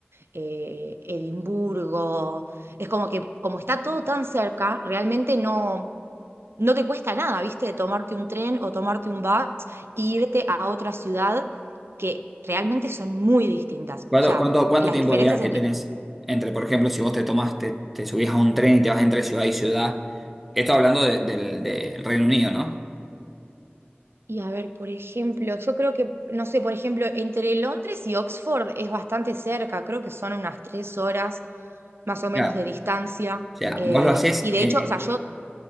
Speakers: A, on the right (about 80°); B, in the centre.
A: eh, Edimburgo. Es como que, como está todo tan cerca, realmente no, no te cuesta nada, ¿viste? Tomarte un tren o tomarte un bus e irte a otra ciudad que realmente son muy distintas. O
B: ¿Cuánto,
A: sea,
B: cuánto, cuánto
A: las
B: tiempo
A: diferencias
B: de viaje
A: entre...
B: tenés? Entre, por ejemplo, si vos te tomás, te, te subís a un tren y te vas entre ciudad y ciudad. Esto hablando de- del del Reino Unido, ¿no?
A: Y a ver, por ejemplo, yo creo que, no sé, por ejemplo, entre Londres y Oxford es bastante cerca, creo que son unas tres horas más o menos
B: Claro.
A: de distancia.
B: O sea,
A: eh,
B: vos lo haces,
A: y de
B: eh,
A: hecho, o sea, yo,